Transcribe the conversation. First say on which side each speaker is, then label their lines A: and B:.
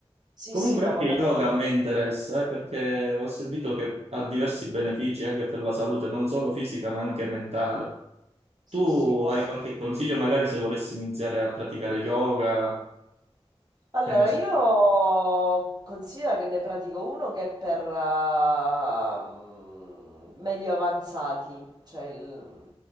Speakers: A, on the right; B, on the right.
A: sì,
B: Comunque
A: sì, no,
B: anche
A: vabbè, ma
B: yoga a me interessa, eh, perché ho sentito che ha diversi benefici anche per la salute, non solo fisica ma anche mentale.
A: sì,
B: Tu
A: sì, come
B: hai qualche
A: no.
B: consiglio magari se volessi iniziare a praticare yoga?
A: Allora,
B: Che ne so.
A: io considero che ne pratico uno che è per ehm, medio avanzati, cioè il-